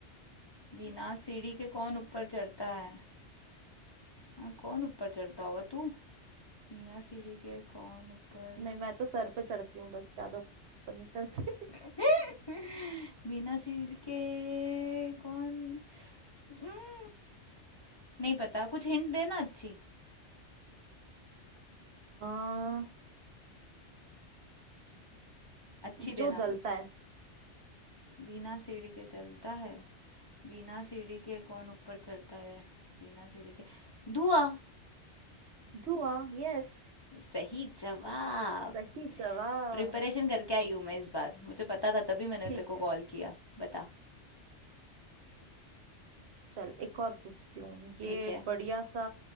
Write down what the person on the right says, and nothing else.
नहीं मैं तो सर पे चढ़ती हूँ बस ज्यादा ऊपर नहीं चढ़ती <laughs>
आ,
जो
जलता
है
धुआं यस
सही जवाब
ठीक
है
चल एक और पूछती हूँ ये
बढ़िया सा